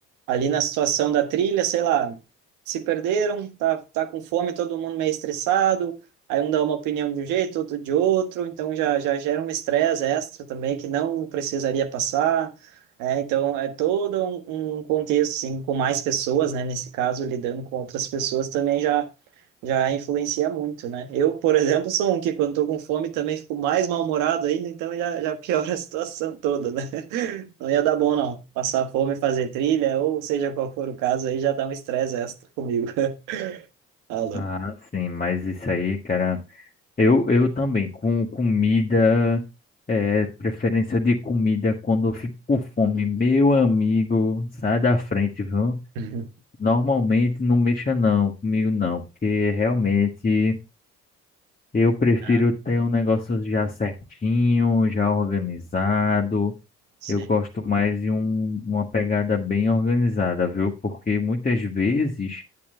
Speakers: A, on the right; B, on the left.
A: ali na situação da trilha, sei lá, se perderam, tá, tá com fome, todo mundo meio estressado, aí um dá uma opinião de um jeito, outro de outro, então já, já gera um estresse extra também que não precisaria passar, né? Então é todo um, um contexto, assim, com mais pessoas, né? Nesse caso, lidando com outras pessoas também já já influencia muito, né? Eu, por exemplo, sou um que quando tô com fome também fico mais mal-humorado ainda, então já, já piora <laughs> a situação toda, né? <laughs> Não ia dar bom, não. Passar fome, fazer trilha, ou seja qual for o caso, aí já dá um estresse extra comigo. <laughs> Ah, louco.
B: Ah, sim, mas isso aí, cara. Eu, eu também, com comida, é, preferência de comida quando eu fico com fome, meu amigo, sai da frente, viu?
A: Uhum.
B: Normalmente não mexa não, comigo não, porque realmente eu prefiro
A: Ah,
B: ter um negócio já certinho, já organizado.
A: sim.
B: Eu gosto mais de um, uma pegada bem organizada, viu? Porque muitas vezes,